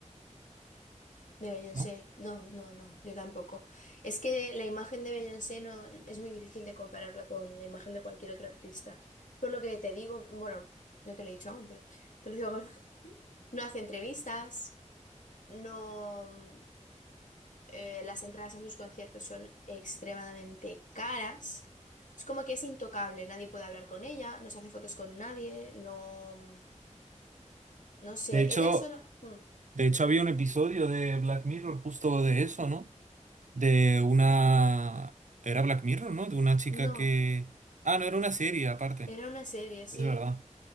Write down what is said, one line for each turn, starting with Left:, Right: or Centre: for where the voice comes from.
Left: De Beyoncé,
Right: ¿no?
Left: no, no, no, yo tampoco. Es que la imagen de Beyoncé no es muy difícil de compararla con la imagen de cualquier otro artista. Por lo que te digo, bueno, no te lo he dicho aún, pero te lo digo ahora. <laughs> No hace entrevistas, no, eh, las entradas a sus conciertos son extremadamente caras. Es como que es intocable, nadie puede hablar con ella, no se hace fotos con nadie, no, no sé,
Right: De hecho,
Left: ella solo, mm,
Right: De hecho, había un episodio de Black Mirror justo de eso, ¿no? De una... Era Black Mirror, ¿no? De una chica
Left: no,
Right: que... Ah, no, era una serie aparte,
Left: era una serie, sí.
Right: es verdad.